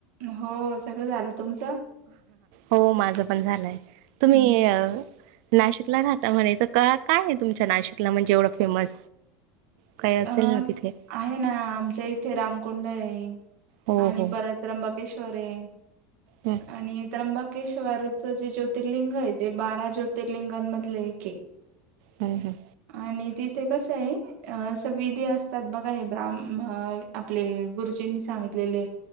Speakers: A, on the right; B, on the right.
A: हो सगळं झालं. तुमचं
B: हो माझं पण झालंय तुम्ही
A: हम्म.
B: नाशिकला राहता म्हणे. तर क काय आहे तुमच्या नाशिकला? म्हणजे एवढं फेमस? काय असेल
A: अ
B: ना तिथे
A: आहे ना आमच्या इथे रामकुंड आहे. ह.
B: हो
A: आणि
B: हो
A: परत त्रंबक केशवरे आहे.
B: हं
A: आणि तर मग केशवरचे ज्योतिर्लिंग आहे. ते बारा ज्योतिर्लिंगांमधले एक आहे.
B: हम्म हम्.
A: आणि तिथे कसं आहे. आ विधी असतात बघा. हे ब्राहम आपले गुरुजींनी सांगितलेले.